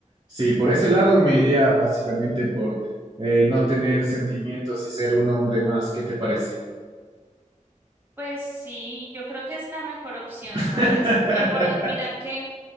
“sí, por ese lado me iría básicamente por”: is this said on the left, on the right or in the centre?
Right